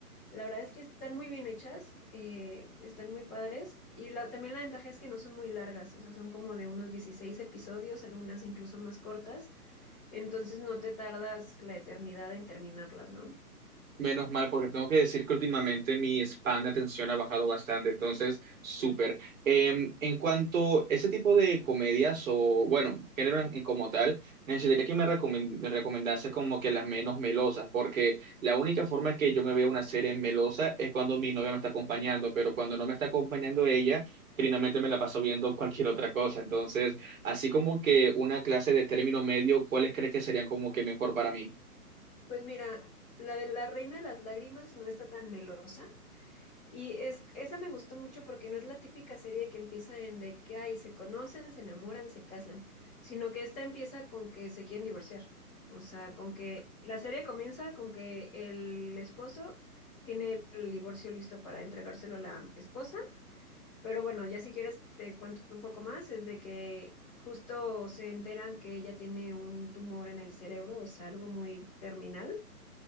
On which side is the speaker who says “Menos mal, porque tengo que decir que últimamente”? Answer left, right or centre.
Right